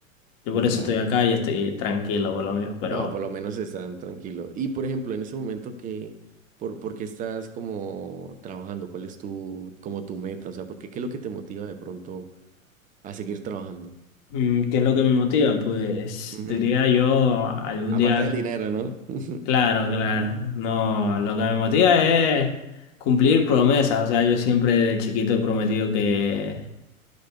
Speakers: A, on the left; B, on the right.
A: Yo
B: Ya,
A: por eso estoy acá y estoy tranquilo por lo mismo, pero...
B: no, por lo menos están tranquilos. Y por ejemplo, en ese momento que, por, ¿por qué estás como trabajando? ¿Cuál es tu, como tu meta? O sea, ¿por qué, qué es lo que te motiva de pronto a seguir trabajando?
A: Mm, ¿Qué es lo que me motiva? Pues
B: Ujú.
A: diría yo algún
B: Aparte
A: día,
B: del dinero, ¿no? <laughs> ¿no?
A: claro, claro, no, lo que me motiva es cumplir promesas, o sea, yo siempre de chiquito he prometido que,